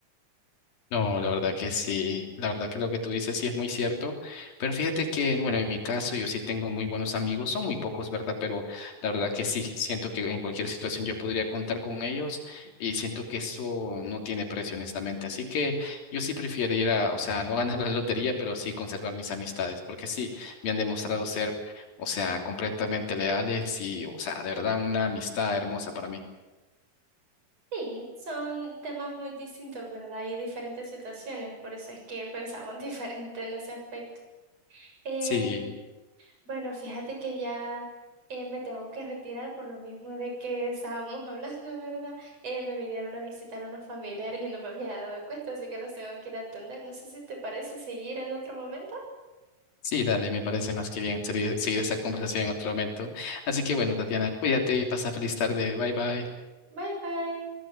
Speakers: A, on the left; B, on the right.
A: No, la verdad que sí, la verdad que lo que tú dices sí es muy cierto, pero fíjate que, bueno, en mi caso yo sí tengo muy buenos amigos, son muy pocos, ¿verdad? Pero la verdad que sí, siento que en cualquier situación yo podría contar con ellos y siento que eso no tiene precio, honestamente. Así que yo sí prefiero ir a, o sea, no ganar la lotería, pero sí conservar mis amistades, porque sí, me han demostrado ser, o sea, completamente leales y, o sea, de verdad una amistad hermosa para mí.
B: Sí, son temas muy distintos, ¿verdad? Y diferentes situaciones, por eso es que pensamos <laughs> diferente en ese aspecto. Eh,
A: Sí.
B: Bueno, fíjate que ya eh, me tengo que retirar por lo mismo de que estábamos <laughs> hablando, ¿verdad? Eh, me vinieron a visitar unos familiares y no me había dado cuenta, así que los tengo que ir a atender. No sé si te parece seguir en otro momento.
A: Sí, dale, me parece más que bien seguir, seguir esta conversación en otro momento. Así que bueno, Tatiana, cuídate y pasa feliz tarde. Bye bye.
B: Bye bye.